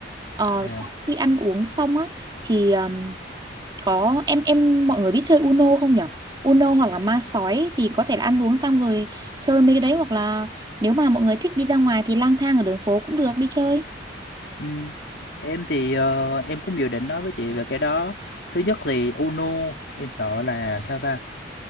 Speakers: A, on the right; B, on the left.
A: Ờ,
B: Dạ
A: sau khi ăn uống xong á thì ờ, có em em mọi người biết chơi Uno không nhở Uno hoặc là ma sói thì có thể là ăn uống xong rồi chơi mấy cái đấy hoặc là nếu mà mọi người thích đi ra ngoài thì lang thang ở đường phố cũng được đi chơi
B: Ừ. Em thì ờ, em cũng dự định nói với chị về cái đó. Thứ nhất thì UNO em sợ là sao ta?